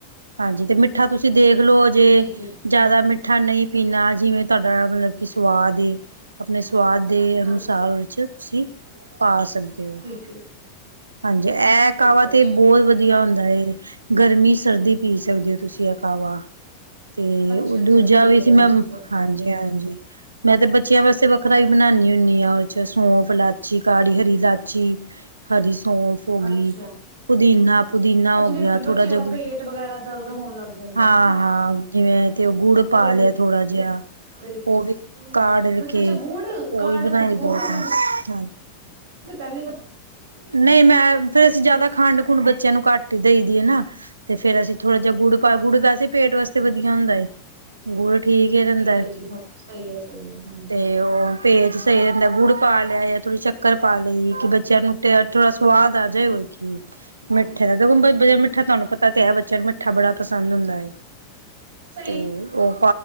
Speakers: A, on the right; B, on the right.
A: ਹਾਂਜੀ ਤੇ ਮਿੱਠਾ ਤੁਸੀਂ ਦੇਖ ਲੋ ਜੇ,
B: ਠੀਕ ਹੈ
A: ਜਾਦਾ ਮਿੱਠਾ ਨਹੀਂ ਪੀਨਾ ਜਿਵੇਂ ਤਾਡਾ ਮਲਬ ਕਿ ਸਵਾਦ ਏ ਅਪਣੇ ਸ ਸਵਾਦ ਦੇ ਅਨੁਸਾਰ
B: ਹਾਂਜੀ
A: ਓਦੇ 'ਚ ਤੁਸੀਂ ਪਾਸ ਸਕਦੇ ਓ,
B: ਠੀਕ ਹੈ
A: ਹਾਂਜੀ ਐ
B: ਠੀਕ
A: ਕਾਵਾ
B: ਹੈ
A: ਤੇ ਬੌਤ ਵਧੀਆ ਹੁੰਦ ਹੂੰਦਾ ਏ, ਗਰਮੀ-ਸਰਦੀ ਪੀ ਸਕਦੇ ਓ ਤੁਸੀਂ ਐ ਕਾਵਾ। ਤੇ
B: ਅੱਛਾ
A: ਓ
B: ਅੱਛਾ
A: ਦੂਜਾ
B: ਠੀਕ
A: ਵੀ
B: ਹੈ
A: ਸੀ,
B: ਜੀ
A: ਮੈਂ,
B: ਠੀਕ ਹੈ
A: ਹਾਂਜੀ ਹਾਂ। ਮੈਂ ਤੇ ਬੱਚਿਆਂ ਵਾਸਤੇ ਵੱਖਰਾ ਹੀ ਬਣਾਨੀ ਆ, ਓ ਚ ਸੋ ਇਲਾਚੀ ਕਾੜੀ, ਹਰੀ ਇਲਾਚੀ ਹਰੀ ਸੌਂਫ ਹੋ ਗਈ
B: ਅੱਛਾ,
A: ਪੁਦੀਨਾ ਪੁਦੀਨਾ
B: ਅੱਛਾ
A: ਹੋ
B: ਵੀ
A: ਗਿਆ ਥੋੜਾ
B: ਬੱਚਿਆਂ
A: ਜਿਹਾ
B: ਦਾ ਪੇਟ ਵਗੈਰਾ ਦਰਦ ਹੋਣ ਲੱਗ ਜਾਂਦਾ
A: ਹਾਂ-ਹਾਂ
B: ਨਾ।
A: ਜਿਵੇਂ ਤੇ ਓ ਗੁੜ
B: ਉਹਦੇ
A: ਪਾ ਲਿਆ ਥੋੜਾ ਜੇਆ
B: ਲਈ
A: ਓ ਵੀ
B: ਹਮ।
A: ਕਾੜ
B: ਅੱਛਾ
A: ਕੇ
B: ਅੱਛਾ ਗੁੜ
A: ਓ
B: ਕਾੜੇ
A: ਵੀ ਬਨਾਈ
B: ਦੇ- ਗੁੜ
A: ਦਾ ਅਪਣਾ
B: ਮੈਂ ਗੁੜ ਪਹਿਲੀ ਵਾਰ
A: ਨਹੀਂ ਮੈਂ ਫਿਰ ਅਸੀਂ ਜਿਆਦਾ ਖੰਡ ਖੂਡ ਬੱਚਿਆਂ ਨੂੰ ਘੱਟ ਹੀ ਦੇਈ ਦੀ ਆ ਨਾ ਫੇਰ ਅਸੀਂ ਥੋੜ੍ਹਾ ਜਿਹਾ ਗੁੜ ਪਾ ਗੁੜ ਦਾ। ਪੇਟ ਵਾਸਤੇ ਵਧੀਆ ਹੁੰਦਾ ਏ ਗੁੜ ਠੀਕ ਹੀ ਰਹਿੰਦਾ ਏ
B: ਹੈ ਜੀ ਹਾਂ ਸਹੀ ਹੈ ਸਹੀ ਹੈ ਹਾਂਜੀ
A: ਤੇ ਓਹ ਪੇਟ ਸਹੀ ਰਹਿੰਦਾ ਗੁੜ ਪਾ ਲਿਆ ਜਾਂ ਥੋੜ੍ਹੀ ਸ਼ੱਕਰ ਪਾ ਲਈ ਕਿ ਬੱਚਿਆਂ ਨੂੰ ਥੋੜ੍ਹਾ ਸਵਾਦ ਆ
B: ਠੀਕ
A: ਜੇ ਹੋਰ ਕੀ। ਮਿੱਠੇ ਦਾ ਦੇਖੋ ਮਿੱਠਾ ਤੁਹਾਨੂੰ ਪਤਾ ਤੇ ਹੈ ਬੱਚੇ ਨੂੰ ਮਿੱਠਾ ਬੜਾ ਪਸੰਦ ਹੁੰਦੈ।
B: ਸਹੀ
A: ਤੇ ਓਹ